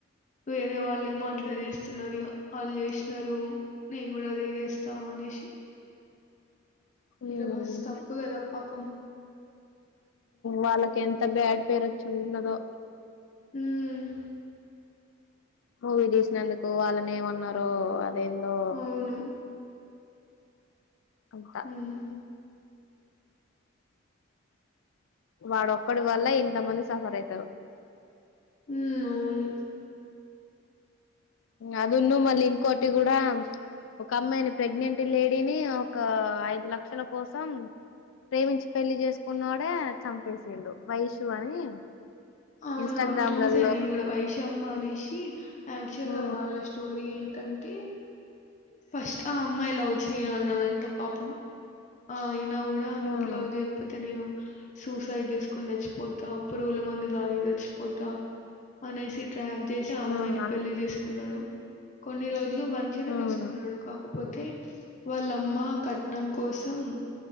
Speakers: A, on the left; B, on the left.
A: వేరే వాళ్ళు ఏమో
B: ఉమ్
A: అట్లా చేస్తున్నారు ఇక వాళ్ళు చేసినారు నేను కూడా అదే చేస్తా అనేసి
B: ఉమ్,
A: ఇ మస్త్ తప్పు కదా పాపం
B: వాళ్ళకి ఎంత బ్యాడ్ పేరు వచ్చి ఉండదో
A: ఉమ్
B: ఊరీ తీసినందుకు వాళ్ళని ఏమన్నారో ఏందో
A: అవును.
B: అంట
A: హ్మ్.
B: వాడొక్కడి వల్ల ఇంత మంది సఫర్ అయితారు
A: ఉమ్ అవును
B: అదన్న మళ్ళీ ఇంకోటి కూడా ఒక అమ్మాయిని ప్రెగ్నెంట్ లేడీని ఒక ఐదు లక్షల కోసం ప్రేమించి పెళ్లి చేసుకున్నోడే చంపేసిండు వైషూ అని
A: అవునవును
B: ఇన్స్టాగ్రామ్లలో
A: చూసాను నేను కూడా వైశమ్మ అనేసి అక్చుఅల్
B: ఉమ్
A: గా వాళ్ళ స్టోరీ ంటే ఫస్ట్ ఆ అమ్మాయి లవ్ చేయనన్నాదంట పాపం ఆ నా కూడా నువ్వు
B: ఉమ్
A: లవ్ చేయకపోతే నేను సూసైడ్ చేసుకుని సచ్చిపోతా పురుగుల మందు తాగి సచ్చిపోతా అనేసి ట్రాప్ చేసి అమ్మాయిని
B: ఉమ్ అన్
A: పెళ్లి చేసుకు కున్నాడు కొన్ని రోజులు మంచిగానే
B: ఉమ్
A: చూసుకున్నాడు కాక పోతే వాళ్ళమ్మ కట్నం కోసం